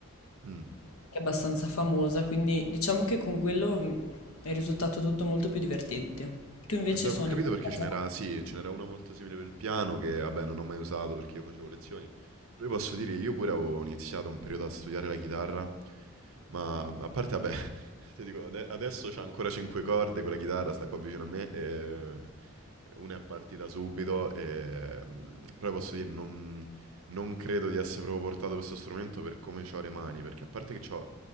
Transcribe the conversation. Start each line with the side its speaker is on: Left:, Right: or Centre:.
Right: Mm.
Left: che è abbastanza famosa, quindi diciamo che con quello mh, è risultato tutto molto più divertente. Tu invece
Right: Ma Mi sa
Left: suoni
Right: che ho capito
Left: qualcosa?
Right: perché ce n'era, sì, ce n'era una molto simile per il piano che, vabbè, non ho mai usato perché io facevo lezioni. Però io posso dire che io pure avevo iniziato un periodo a studiare la chitarra, ma a parte, vabbè, <laughs> ti dico, ade- adesso c'ha ancora cinque corde, quella chitarra sta qua vicino a me e una è partita subito e... mm, Però posso dire, non, non credo di essere proprio portato per questo strumento per come ho le mani, perché a parte che ho